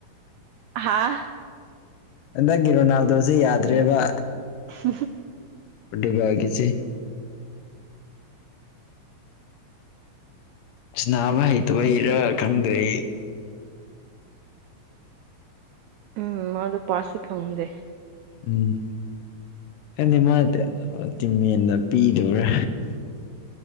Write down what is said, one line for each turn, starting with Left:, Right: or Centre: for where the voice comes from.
Right: ꯍꯥꯥ
Left: ꯍꯟꯗꯛꯀꯤ ꯔꯣꯅꯥꯜꯗꯣꯁꯦ ꯌꯥꯗ꯭ꯔꯦꯕ
Right: <unintelligible>
Left: ꯄ꯭ꯔꯣꯇꯨꯒꯜꯒꯤꯁꯦ ꯁꯥꯟꯅꯕ ꯍꯩꯇꯕꯩꯔ ꯈꯪꯗ꯭ꯔꯦ
Right: ꯎꯝ ꯃꯥꯗꯣ ꯄꯥꯁꯁꯨ ꯐꯪꯗꯦ
Left: ꯎꯝ ꯈꯪꯗꯦ ꯃꯥ ꯇꯤꯝꯃꯦꯠꯅ ꯄꯤꯗꯕ꯭ꯔꯥ